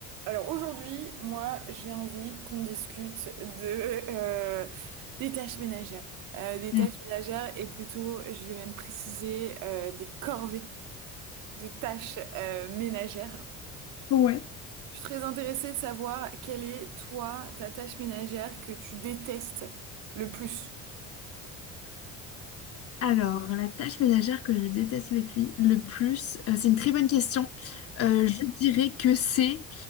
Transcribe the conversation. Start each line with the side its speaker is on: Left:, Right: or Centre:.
Right: Alors aujourd'hui, moi, j'ai envie qu'on discute de euh, des tâches ménagères, Euh, des tâches
Left: Mm.
Right: ménagères et plutôt, je vais même préciser euh, des corvées de tâches euh, ménagères.
Left: Ouais.
Right: Je suis très intéressée de savoir quelle est toi ta tâche ménagère que tu détestes le plus.
Left: Alors, la tâche ménagère que je déteste le, cui- le plus, euh, c'est une très bonne question. Euh, je dirais que c'est...